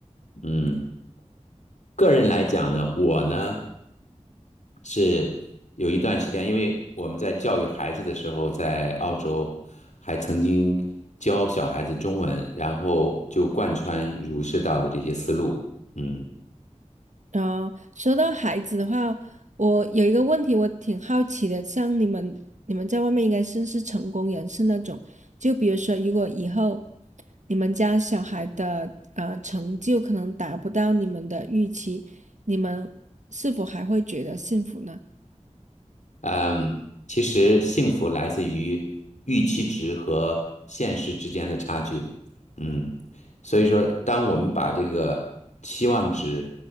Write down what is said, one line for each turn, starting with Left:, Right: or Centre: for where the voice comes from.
Left: 嗯，个人来讲呢，我呢。是有一段时间，因为我们在教育孩子的时候，在澳洲还曾经教小孩子中文，然后就贯穿儒释道的这些思路。嗯
Right: 然说到孩子的话，我有一个问题，我挺好奇的，像你们你们在外面应该算是成功人士那种，就比如说，如果以后你们家小孩的呃成就可能达不到你们的预期，你们是否还会觉得幸福呢？
Left: 嗯，其实幸福来自于预期值和现实之间的差距。嗯，所以说，当我们把这个期望值